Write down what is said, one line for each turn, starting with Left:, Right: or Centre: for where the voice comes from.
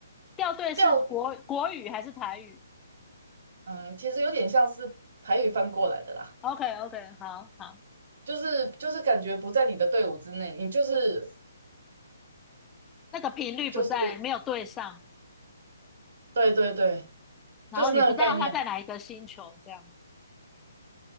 Left: 掉队是国国语还是台语
Right: 调，嗯，其实有点像是台语翻过来的啦，
Left: ？OK OK，好好，
Right: 就是就是感觉不在你的队伍之内，你就是
Left: 那个频率不在，
Right: 就是
Left: 没有对上，
Right: 对对对，
Left: 然后你不知道他在哪一个星球，
Right: 就是那个概念，
Left: 这样。